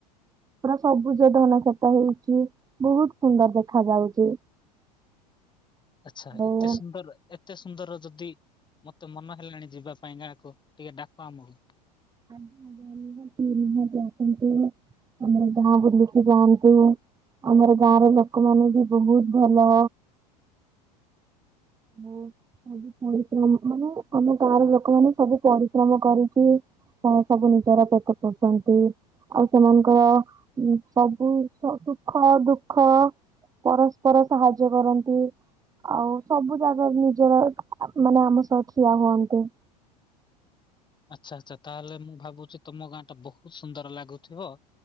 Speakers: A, on the right; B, on the left.
A: ପୁରା ସବୁଜ ଧାନ କ୍ଷେତ ହେଇଚି ବହୁତ୍ ସୁନ୍ଦର ଦେଖା ଯାଉଚି।
B: ଆଚ୍ଛା
A: ଆଉ
B: ଏତେ ସୁନ୍ଦର? ଏତେ ସୁନ୍ଦର ଯଦି ମତେ ମନ ହେଲାଣି ଯିବା ପାଇଁ ଗାଁକୁ ଟିକେ ଡାକ ଆମକୁ।
A: <unintelligible> ଆସନ୍ତୁ। ଆମର ଗାଁ ବୁଲିକି ଯାଆନ୍ତୁ। ଆମର ଗାଁ ର ଲୋକମାନେେ ବି ବହୁତ୍ ଭଲ। ମୁଁ ସବୁ ପରିଶ୍ରମ ମାନେ ଆମ ଗାଁ ର ଲୋକମାନେ ସବୁ ପରିଶ୍ରମ କରିକି କଣ ସବୁ ନିଜର <unintelligible> ଚନ୍ତି। ଆଉ ସେମାନଙ୍କର ଉମ୍ ସବୁ ଖ ସୁଖ ଦୁଃଖ ପରସ୍ପର ସାହାଯ୍ୟ କରନ୍ତି। ଆଉ ସବୁ ଜାଗାରେ ନିଜର ମାନେ ଆମ ସହ ଠିଆ ହୁଅନ୍ତି।
B: ଆଚ୍ଛା ଆଚ୍ଛା ତାହେଲେ ମୁଁ ଭାବୁଚି ତୁମ ଗାଁ ଟା ବହୁତ୍ ସୁନ୍ଦର ଲାଗୁଥିବ।